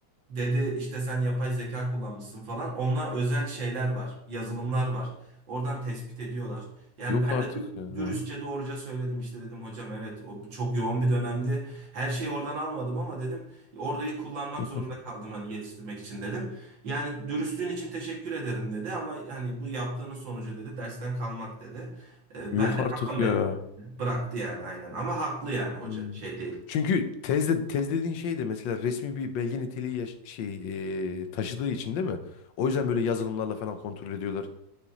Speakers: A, on the right; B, on the left.
A: Dedi işte sen yapay zeka kullanmışsın falan. Onunla özel şeyler var, yazılımlar var. Oradan tespit ediyorlar. Yani
B: Yok
A: ben
B: artık
A: de dü-
B: ya. Hı
A: dürüstçe doğruca söyledim işte dedim hocam evet o çok yoğun bir dönemdi. Her şeyi oradan almadım ama dedim orayı kullanmak
B: hı.
A: zorunda kaldım hani yetiştirmek için dedim. Yani dürüstlüğün için teşekkür ederim dedi ama hani bu yaptığının sonucu dedi dersten kalmak dedi. E,
B: Yok
A: Ben de
B: artık
A: tamam
B: ya.
A: dedim. Bıraktı yani aynen ama haklı yani hoca
B: Hmm.
A: şey değil.
B: Çünkü tezde tez dediğin şey de mesela resmi bir belge niteliği yaş- şey e, taşıdığı için değil mi? O yüzden böyle yazılımlarla falan kontrol ediyorlar.